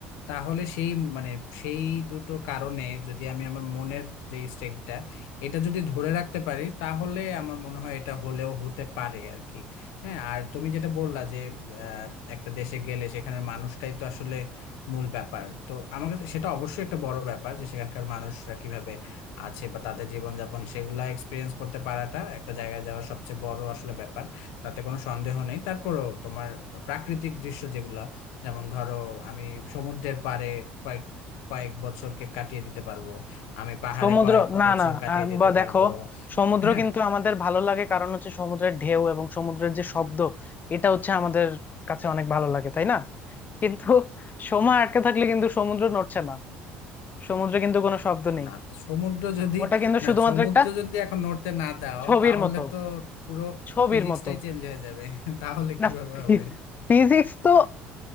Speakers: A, on the left; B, on the left.
A: তাহলে সেই মানে সেই দুটো কারণে যদি আমি আমার মনের যে স্টেটটা এটা যদি ধরে রাখতে পারি তাহলে আমার মনে হয় এটা হলেও হতে পারে আর কি হ্যাঁ আর তুমি যেটা বললা যে আহ, একটা দেশে গেলে সেখানের মানুষটাই তো আসলে মূল ব্যাপার তো আমার কাছে সেটা অবশ্যই একটা বড় ব্যাপার যে সেখানকার মানুষরা কিভাবে আছে বা তাদের জীবনযাপন সেগুলা এক্সপিরিয়েন্স করতে পারাটা একটা জায়গায় যাওয়ার সবচেয়ে বড় আসলে ব্যাপার তাতে কোনো সন্দেহ নেই তারপরেও তোমার প্রাকৃতিক দৃশ্য যেগুলা যেমন ধরো আমি সমুদ্রের পাড়ে কয়েক কয়েক বছরকে কাটিয়ে দিতে পারবো আমি পাহাড়ে
B: সমুদ্র
A: কয়েক
B: না
A: বছর
B: না
A: কাটিয়ে
B: আহ,
A: দিতে
B: বা দেখো
A: পারবো
B: সমুদ্র
A: হ্যাঁ
B: কিন্তু আমাদের ভালো লাগে কারণ হচ্ছে সমুদ্রের ঢেউ এবং সমুদ্রের যে শব্দ এটা হচ্ছে আমাদের কাছে অনেক ভালো লাগে তাই না কিন্তু সময় আটকে থাকলে কিন্তু সমুদ্র নড়ছে না সমুদ্রে কিন্তু কোনো শব্দ নেই
A: না তা সমুদ্র যদি
B: ওটা কিন্তু
A: না
B: শুধুমাত্র
A: সমুদ্র
B: একটা
A: যদি এখন নড়তে না দাও
B: ছবির
A: তাহলে
B: মতো
A: তো পুরো
B: ছবির
A: ফিজিক্সটাই
B: মতো
A: চেঞ্জ হয়ে যাবে <laughs> তাহলে
B: না
A: কিভাবে হবে
B: ফিজিক্স তো